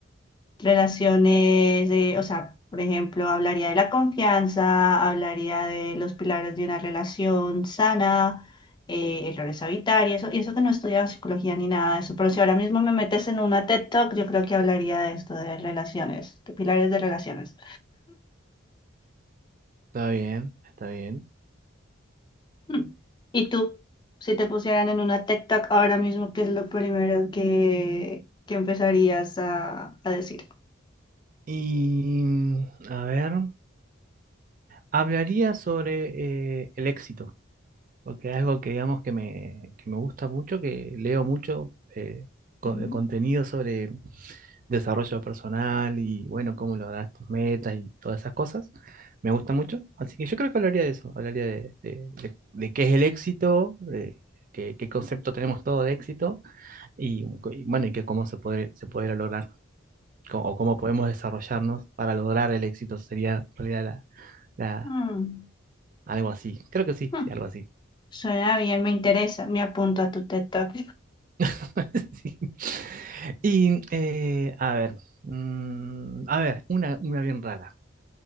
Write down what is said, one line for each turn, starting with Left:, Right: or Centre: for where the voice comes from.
Left: Relaciones de, o sea, por ejemplo, hablaría de la confianza, hablaría de los pilares de una relación sana, eh, errores a evitar y eso, y eso que no he estudiado psicología ni nada de eso, pero si ahora mismo me metes en una TED Talk, yo creo que hablaría de esto, de relaciones, de pilares de relaciones.
Right: Está bien, está bien.
Left: Mm. ¿Y tú? Si te pusieran en una TED Talk ahora mismo, ¿qué es lo primero que, que empezarías a, a decir?
Right: Y mm, a ver, hablaría sobre eh, el éxito, porque es algo que digamos que me, que me gusta mucho, que leo mucho eh, co-
Left: Mm.
Right: de contenido sobre desarrollo personal y bueno, cómo lograr tus metas y todas esas cosas. Me gusta mucho, así que yo creo que hablaría de eso, hablaría de, de- de- de qué es el éxito, de qué, qué concepto tenemos todo de éxito y, y bueno, y que cómo se podría, se podría lograr co- o cómo podemos desarrollarnos para lograr el éxito. Sería en realidad la, la-
Left: Mm.
Right: algo así. Creo que sí,
Left: Mm.
Right: sí, algo así.
Left: Suena bien, me interesa. Me apunto a tu TED Talk.
Right: <laughs> Sí. Y eh, a ver, mm, a ver, una, una bien rara,